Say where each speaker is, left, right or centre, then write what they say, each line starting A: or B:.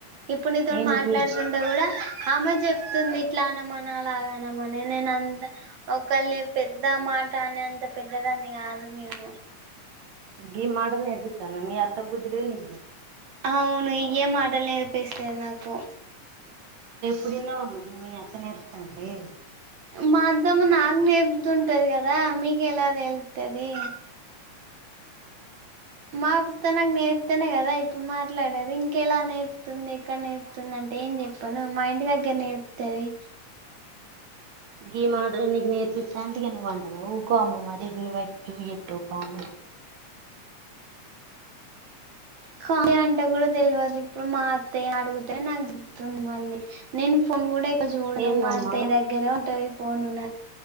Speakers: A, on the right (about 60°); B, on the right (about 85°).
A: ఇప్పుడు నీతో
B: ఏంది
A: మాట్లాడుతుంటే
B: గీ
A: కూడా ఆమ చెప్తుంది ఇట్లా అనమని అలాగనమని నేను అంతా ఒ ఒకల్ని పెద్ద మాట అని అంత పెద్దదాన్ని కాదు నేను
B: గీ మాటలు నేర్పిత్తన్న మీ అత్త బుద్దిలే నీ
A: అవును ఇయే మాటలు నేర్పిస్తాది నాకు
B: ఇప్పుడ ఇన్నే వుండు మీ అత్త నేర్పితందే
A: మా అద్దమ్మ నాకు నేపుతుంటది కదా ఆ మీకెలా తెలుతది మాకు తనకు నేర్తేనే గ మాట్లాడేది ఇంకెలా నేర్పుతుంది ఎక్కడ నేర్పుతుంది అంటే ఏం చెప్పాను మా ఇంటి దగ్గర నేర్పు తది
B: ఈ మా నీ నేర్పిత్త అంటంటిగే నువ్వు అంటన్నవ్ ఊకోమ్మ మరి నువ్వు ఎట్టు అమ్మ
A: కావ్య అంటే కూడా తెల్వదు ఇప్పుడు మా అత్తయ్య అడుగుతే నాకు తితుంది మళ్ళీ నేను ఫోన్ కూడా చూడను
B: ఏందమ్మా
A: మా అత్తయ్య దగ్గరే ఉంటది ఫోన్ ఉన్నా